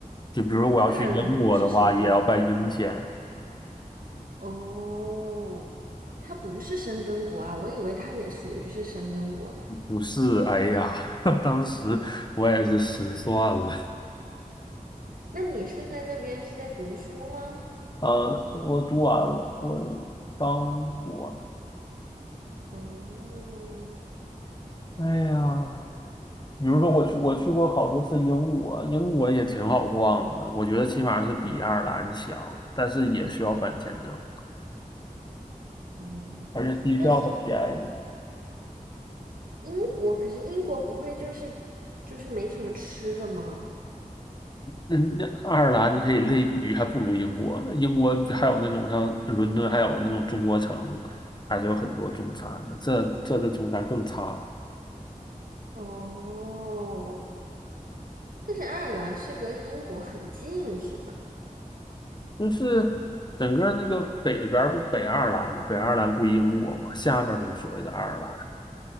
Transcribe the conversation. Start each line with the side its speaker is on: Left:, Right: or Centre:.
Left: 就比如我要去英国的话，
Right: 爱尔兰不是生根国。
Left: 也要办英签。
Right: 哦，它不是生根国啊，我以为它也属于是生根国了。
Left: 不是，哎呀，<laughs> 当时我也是失算了。
Right: 那你是在那边是在读书吗？
Left: 啊，我读完了，我当我
Right: 哦，
Left: 完。哎呀，比如说我去，我去过好多次英国，英国也挺好逛的，我觉得起码是比爱尔兰强，但是也需要办签证，
Right: 嗯，
Left: 而且机票很便宜。
Right: 但是英国，可是英国不会就是就是没什么吃的吗？
Left: 嗯，那爱尔兰你可以类比于还不如英国呢。英国还有那种像伦敦，还有那种中国城，还是有很多中餐的。这这的中餐更差，
Right: 哦，但是爱尔兰是跟英国很近，是吧？
Left: 就是整个那个北边儿不北爱尔兰嘛，北爱尔兰归英国嘛，下面就是所谓的爱尔兰